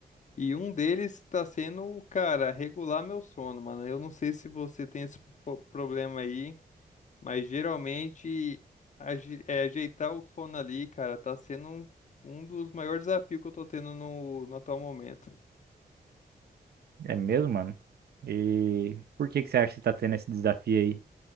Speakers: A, on the left; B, on the right.
A: E um deles tá sendo, cara, regular meu sono, mano. Eu não sei se você tem esse po- problema aí. Mas geralmente aje- é, ajeitar o sono ali, cara, tá sendo um, um dos maiores desafios que eu tô tendo no, no atual momento.
B: É mesmo, mano? E por que que você acha que você tá tendo esse desafio aí?